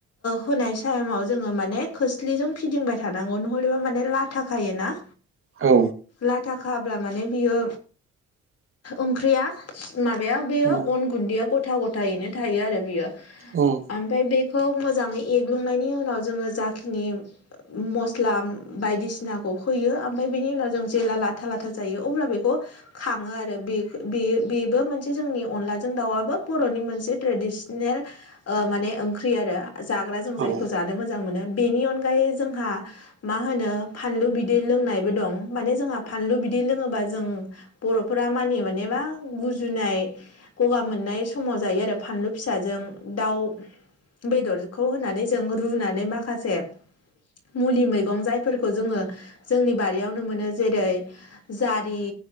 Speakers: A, on the left; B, on the right.
A: होनायसाइमाव जोङो माने खोस्लिजों फिदिंबाय थानांगौ नहलिबा माने ला था खायोना।
B: औ।
A: लाथा खाब्ला माने बियो ओंख्रिया माबाया बेयो
B: उम
A: अन गुन्दैया गथा गथायैनो थायो आरो बेयो।
B: उम
A: फाय बेखौ मोजाङै एग्लुंनायनि उनाव जोङो जाखिनि मस्ला बायदिसि नाखौ होयो। ओमफ्राय बेनि उनाव जों जेब्ला लाथा लाथा जायो अब्ला बेखौ खाङो आरो बे बेयो बेबो मोनसे जोंनि अनलाजों दाउआबो बर'नि मोनसे ट्रेडिसनेल माने ओंख्रि आरो जाग्रा जों जायखौ
B: औ उम
A: जानो मोजां मोनो। बेनि अनगायै जोंहा मा होनो फानलु बिदै लोंनायबो दं, माने जोंहा फानलु बिदै लोङोबा जों बर'फोरा मानियो माने मा गुजुनाय गगा मोननाय समाव जायो आरो फानलु फिसाजों दाउ बेदरखौ होनानै जों रुनानै माखासे मुलि मैगं जायफोर खौ जोङो जोंनि बारियावनो मोनो जेरै जारि,